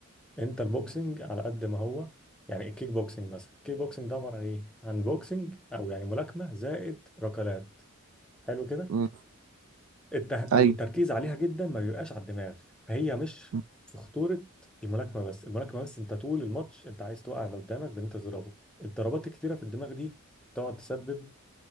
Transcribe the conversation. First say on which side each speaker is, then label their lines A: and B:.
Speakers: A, in the centre; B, on the right.
A: انت البوكسنج على قد ما هو يعني الكيك بوكسنج مثلا الكيك بوكسنج ده عباره عن ايه عن بوكسنج او يعني ملاكمه زائد ركلات حلو كده
B: امم
A: الته... التركيز
B: ايوه
A: عليها جدا ما بيبقاش على الدماغ فهي مش
B: مم،
A: في خطورة الملاكمة بس الملاكمة بس انت طول الماتش انت عايز توقع اللي قدامك بان انت تضربه الضربات الكتيرة في الدماغ دي تقعد تسبب